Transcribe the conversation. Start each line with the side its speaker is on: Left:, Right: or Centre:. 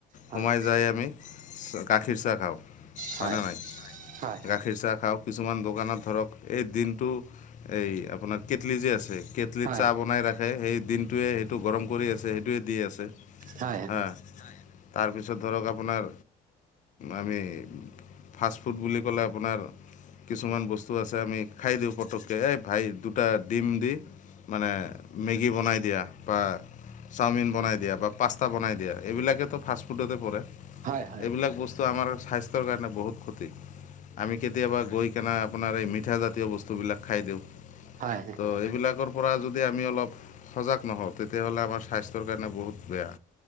Right: হয়
Left: সোমাই যাই আমি গাখীৰ চাহ খাওঁ।
Right: হয়।
Left: হয়নে নাই
Right: হয়
Left: গাখীৰ চাহ খাওঁ, কিছুমান দোকানত ধৰক এই দিনটো এই আপোনাৰ কেটলি যে আছে। কেটলিত
Right: হয়
Left: চাহ
Right: হয়
Left: বনাই ৰাখে, সেই দিনটোৱে সেইটো গৰম কৰি আছে সেইটোৱে দি আছে।
Right: হয়
Left: হা। তাৰপিছত ধৰক আপোনাৰ আমি ফাষ্ট ফুড বুলি ক'লে আপোনাৰ কিছুমান বস্তু আছে আমি খাই দিওঁ পটক এই ভাই দুটা ডিম দি মানে মেগী বনাই দিয়া বা চাওমিন বনাই দিয়া বা পাষ্টা বনাই দিয়া এইবিলাকেতো ফাষ্টফুডতে পৰে।
Right: হয় হয় হয় হয় হয়
Left: এইবিলাক বস্তু স্বাস্থ্যৰ কাৰণে বহুত ক্ষতি। আমি কেতিয়াবা গৈ কেনা আপোনাৰ এই মিঠা জাতীয় বস্তুবিলাক খাই দিওঁ।
Right: হয় হয়।
Left: ত' এইবিলাকৰ পৰা যদি আমি অলপ সজাগ নহওঁ তেতিয়াহ'লে আমাৰ স্বাস্থ্যৰ কাৰণে বহুত বেয়া।